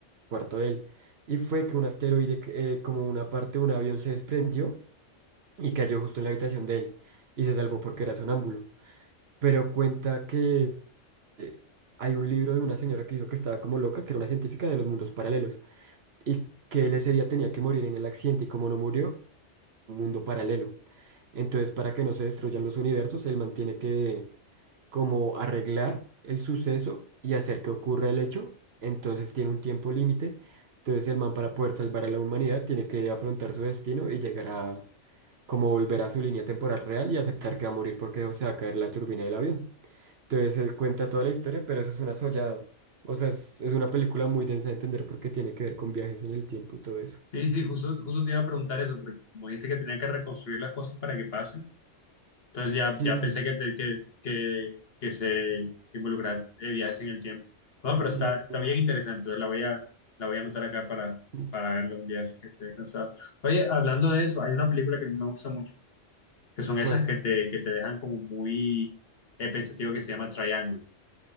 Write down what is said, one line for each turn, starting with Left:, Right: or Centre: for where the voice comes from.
Right: cuarto de él. Y fue que un asteroide, que, eh, como una parte de un avión, se desprendió y cayó justo en la habitación de él. Y se salvó porque era sonámbulo. Pero cuenta que eh, hay un libro de una señora que dijo que estaba como loca, que era una científica de los mundos paralelos, y que él ese día tenía que morir en el accidente y como no murió, un mundo paralelo. Entonces, para que no se destruyan los universos, él mantiene que como arreglar el suceso y hacer que ocurra el hecho, entonces tiene un tiempo límite. Entonces el man para poder salvar a la humanidad tiene que afrontar su destino y llegar a como volver a su línea temporal real y aceptar que va a morir porque se va a caer la turbina del avión. Entonces se cuenta toda la historia, pero eso es una sollada. O sea, es, es una película muy densa de entender porque tiene que ver con viajes en el tiempo y todo eso.
Left: Sí, sí, justo, justo te iba a preguntar eso, porque como dice que tenía que reconstruir las cosas para que pasen, entonces ya,
Right: Sí,
Left: ya pensé que, te- que, que, que se que involucrar eh, viajes en el tiempo. No, pero está,
Right: sí,
Left: está
Right: no.
Left: bien interesante, entonces la voy a, la voy a anotar acá para,
Right: Ups,
Left: para verla un día eso que esté descansado. Oye, hablando de eso, hay una película que a mí me gusta mucho, que son esas
Right: ¿Cuál?
Left: que te, que te dejan como muy eh, pensativo, que se llama Triangle.